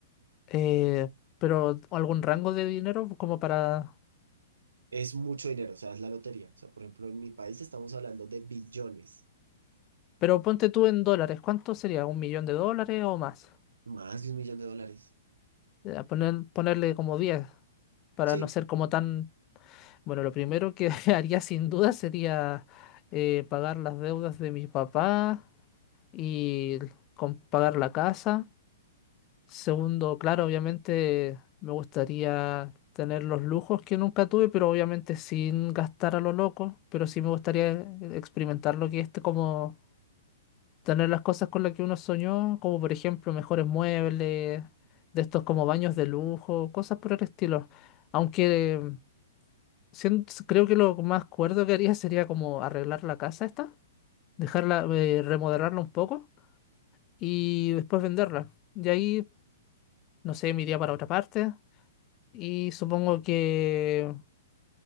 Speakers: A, on the left; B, on the right.
A: eh, pero algún rango de dinero como para...
B: Es mucho dinero, o sea, es la lotería. O sea, por ejemplo, en mi país estamos hablando de billones,
A: Pero ponte tú en dólares, ¿cuánto sería? ¿Un millón de dólares o más?
B: más de un millón de dólares.
A: Eh, poner- ponerle como 10 para
B: Sí,
A: no ser como tan Bueno, lo primero que <laughs> haría sin duda sería eh, pagar las deudas de mi papá y con- pagar la casa. Segundo, claro, obviamente me gustaría tener los lujos que nunca tuve, pero obviamente sin gastar a lo loco. Pero sí me gustaría eh, experimentar lo que es este, como tener las cosas con las que uno soñó, como por ejemplo mejores muebles, de estos como baños de lujo, cosas por el estilo. Aunque sien- creo que lo más cuerdo que haría sería como arreglar la casa esta, dejarla, eh, remodelarla un poco y después venderla. Y ahí, no sé, me iría para otra parte y supongo que